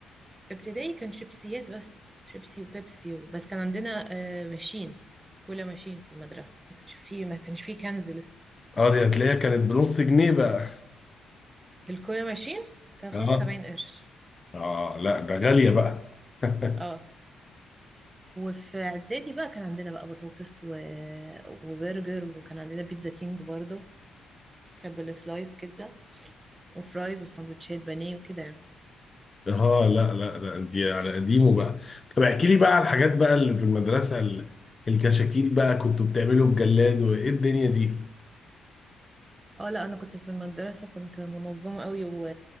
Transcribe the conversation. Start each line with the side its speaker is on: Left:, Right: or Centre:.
Right: في ابتدائي كان شيبسيات بس شيبسي وبيبسي و... بس كان عندنا آه، ماشين كولا ماشين في المدرسه ما كانش فيه ما كانش فيه كنز
Left: اه دي هتلاقيها كانت بنص جنيه بقى
Right: الكوري ماشين
Left: <laughs>
Right: كان 75
Left: اه
Right: قرش
Left: اه لا ده غالية بقى <laughs>
Right: اه وفي اعدادي بقى كان عندنا بقى بطاطس و... وبرجر وكان عندنا بيتزا كينج برضو كان بالسلايس كده وفرايز وساندوتشات بانيه وكده يعني
Left: اه لا لا لا دي على قديمه بقى طب احكي لي بقى على الحاجات بقى اللي في المدرسة ال- الكشاكيل بقى كنتوا بتعملوا بجلاد وايه الدنيا دي
Right: اه لا انا كنت في المدرسه كنت منظمه قوي و...